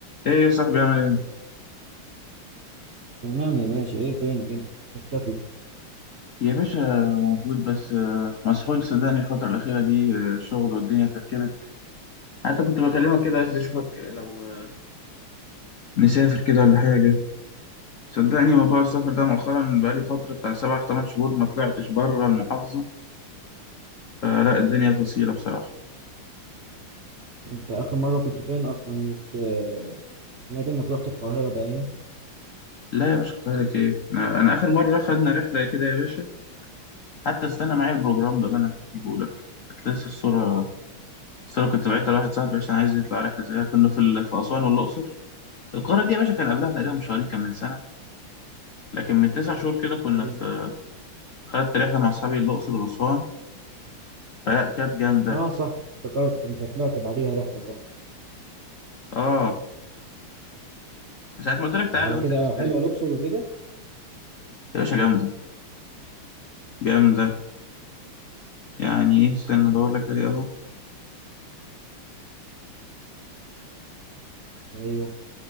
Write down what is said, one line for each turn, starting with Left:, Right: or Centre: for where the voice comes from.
Left: ايه يا صاحبي عامل ايه؟
Right: تمام يا باشا ايه فينك انت مختفي
Left: يا باشا موجود بس آه، مسحول صدقني الفترة الأخيرة دي آه، شغل والدنيا كركبت حتى كنت بكلمك كده عايز أشوفك لو آه، نسافر كده ولا حاجة صدقني موضوع السفر ده مؤخرا بقالي فترة بتاع سبع تمن شهور ما طلعتش بره المحافظة فلا الدنيا فصيلة بصراحة
Right: انت اخر مره كنت فين اصلا رحت آه، سمعت انك رحت القاهره باين
Left: لا يا باشا القاهرة ايه؟ أنا, أنا آخر مرة خدنا رحلة كده يا باشا حتى استنى معايا البروجرام بقى أنا هحكيه لك كنت لسه الصورة الصورة كنت بعتها لواحد صاحبي عشان عايز يطلع رحلة زيها كنا في ال- في أسوان والأقصر القارة دي يا باشا كان قبلها تقريبا بشهرين كان من سنة لكن من تسع شهور كده كنا
Right: ايه
Left: في خدت رحلة مع أصحابي الأقصر وأسوان فلا كانت جامدة
Right: اه صح افتكرت انت طلعت بعديها رحله صح
Left: اه ساعة ما قلت لك تعالى
Right: وعلى
Left: وأنت
Right: كده
Left: كسلت
Right: حلوه الاقصر وكده
Left: يا باشا جامدة جامدة يعني إيه استنى أدور لك عليه أهو
Right: ايوه